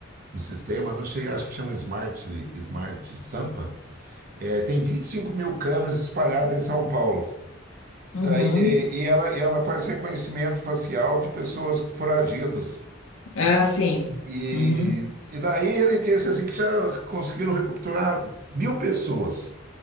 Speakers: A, on the right; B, on the left.
A: um sistema, não sei, acho que chama Smart, Smart Sampa, é, tem 25 mil câmeras espalhadas em São Paulo. E,
B: uhum.
A: daí, e, e ela, ela faz reconhecimento facial de pessoas foragidas.
B: Ah, sim.
A: E,
B: Uhum.
A: e daí ele disse assim que já conseguiram recapturar mil pessoas.